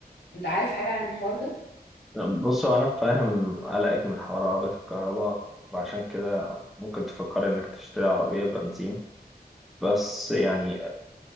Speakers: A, on the left; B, in the centre.
A: انت عارف حاجة عن الحوار ده؟
B: طب بصوا انا فاهم قلقك من حوار عربية الكهرباء وعشان كده ممكن تفكري انك تشتري عربية بنزين بس يعني